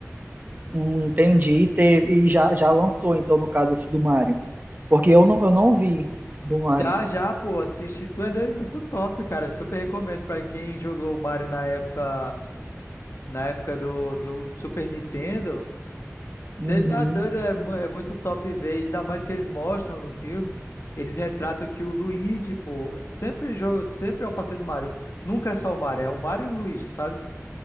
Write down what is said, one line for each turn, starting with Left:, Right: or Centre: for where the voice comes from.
Right: Hum, Entendi, e teve, e já, já lançou, então, no caso, esse do Mario. Porque eu não, eu não vi do Mario.
Left: Já, já, pô, assisti, tu é doido, muito top, cara, super recomendo pra quem jogou o Mario na época, na época do, do Super Nintendo, Você
Right: Uhum.
Left: tá doido, é, mu- é muito top ver, ainda mais que eles mostram no filme, eles retratam que o Luigi, pô, sempre joga, sempre é o parceiro do Mario, nunca é só o Mario, é o Mario e o Luigi, sabe?